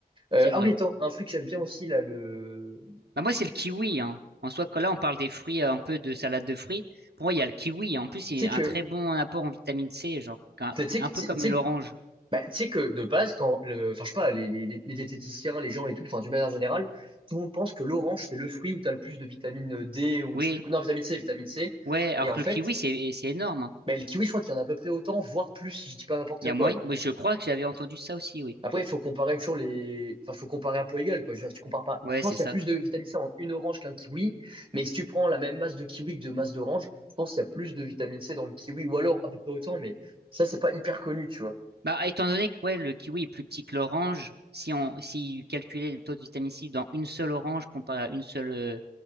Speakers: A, on the right (about 30°); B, on the right (about 85°).
A: Euh,
B: C'est
A: ah
B: vrai.
A: oui, attends, un fruit que j'aime bien aussi, là, le,
B: Bah moi, c'est le kiwi hein. En soi, quand là on parle des fruits euh, un peu de salade de fruits, pour moi, il y a le kiwi en plus, c'est
A: tu sais
B: un
A: que,
B: très bon apport en vitamine C, genre un,
A: tu sais
B: un
A: que, tu
B: peu comme
A: sais
B: l'orange.
A: que Bah, tu sais que de base, quand le, enfin, je sais pas, les, les, les les diététiciens, les gens et tout, enfin, d'une manière générale, tout le monde pense que l'orange, c'est le fruit où tu as le plus de vitamine D ou
B: Oui.
A: je sais plus, quoi. non, vitamine C, vitamine C.
B: Ouais, alors
A: Et en
B: que
A: fait,
B: le kiwi c'est c'est énorme. hein.
A: bah, le kiwi, je crois qu'il y en a à peu près autant, voire plus, si je dis pas n'importe
B: Il y
A: quoi.
B: a moi,
A: Genre.
B: moi je crois que j'avais entendu ça aussi, oui.
A: Après, il faut comparer toujours les, enfin, faut comparer à poids égal, quoi. Je veux dire, si tu compares pas.
B: Ouais,
A: Je pense
B: c'est
A: qu'il
B: ça.
A: y a plus de vitamine C en une orange qu'un kiwi, mais si tu prends la même masse de kiwi que de masse d'orange, je pense qu'il y a plus de vitamine C dans le kiwi, ou alors à peu près autant, mais ça, c'est pas hyper connu, tu vois.
B: Bah, étant donné que ouais, le kiwi est plus petit que l'orange, si on si calculait le taux de vitamine C dans une seule orange comparé à une seule euh,